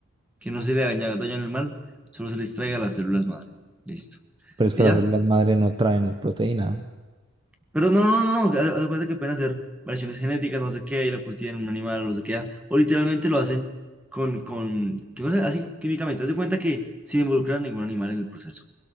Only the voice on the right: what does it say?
Pero es
que las
células madre no traen proteína.